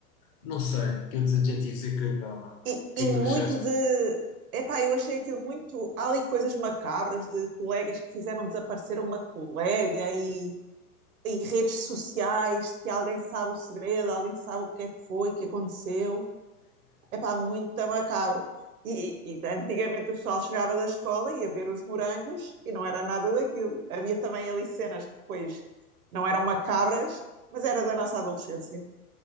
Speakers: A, on the left; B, on the right.
A: não sei que outros adjetivos é que eu lhe dava. O
B: E,
A: que
B: e
A: é
B: muito
A: que tu achaste?
B: de. Epá, eu achei aquilo muito. Há ali coisas macabras de colegas que fizeram desaparecer uma colega e, e redes sociais que alguém sabe o segredo, alguém sabe o que é que foi, o que aconteceu. Epá, muito macabro. E, e antigamente o pessoal chegava da escola e ia ver os morangos e não era nada daquilo. Havia também ali cenas que depois não eram macabras, mas era da nossa adolescência.